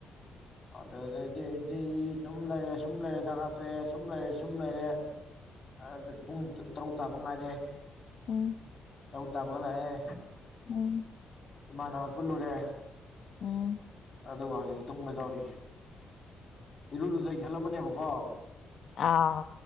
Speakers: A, on the left (about 25°); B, on the left (about 55°).
A: ꯑꯗꯨꯗꯩꯗꯤꯗꯤ ꯁꯨꯝ ꯂꯩꯔꯦ ꯁꯨꯝ ꯂꯩꯔꯦ ꯍꯤꯗꯥꯛ ꯀꯥꯞꯊꯣꯛꯑꯦ ꯁꯨꯝ ꯂꯩꯔꯦ ꯁꯨꯝ ꯂꯩꯔꯦ ꯑꯗꯨꯗ ꯄꯨꯨꯡ ꯇ ꯇꯔꯨꯛ ꯇꯥꯕ ꯉꯥꯏꯔꯦ
B: ꯎꯝ
A: ꯇꯥꯔꯨꯛ ꯇꯥꯕꯒ ꯂꯛꯑꯦ
B: ꯎꯝ
A: ꯏꯃꯥꯟꯅꯕ ꯄꯨꯜꯂꯨꯔꯦ
B: ꯎꯝ
A: ꯑꯗꯨꯒ ꯍꯧꯖꯤꯛ ꯇꯨꯝꯒꯦ ꯇꯧꯔꯤ ꯏꯔꯨ ꯂꯨꯖ ꯍꯦꯜꯂꯝꯃꯅꯦꯕꯀꯣ
B: ꯑꯥ